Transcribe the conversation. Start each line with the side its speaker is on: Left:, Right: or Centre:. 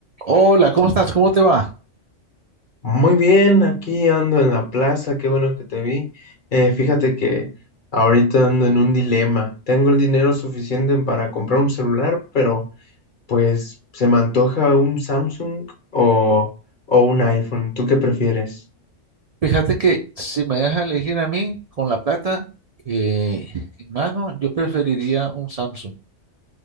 Right: Hola, ¿cómo estás? ¿Cómo te va?
Left: Muy bien, aquí ando en la plaza, qué bueno que te vi. Eh, fíjate que ahorita ando en un dilema. Tengo el dinero suficiente para comprar un celular, pero pues se me antoja un Samsung o, o un iPhone. ¿Tú qué prefieres?
Right: Fíjate que si me dejas elegir a mí con la plata eh, en mano, yo preferiría un Samsung.